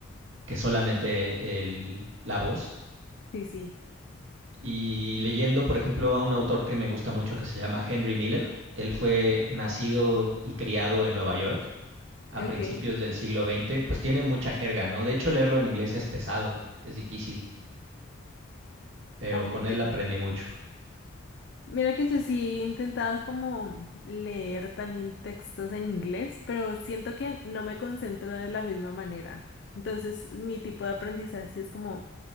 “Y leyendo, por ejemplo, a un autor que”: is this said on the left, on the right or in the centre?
Right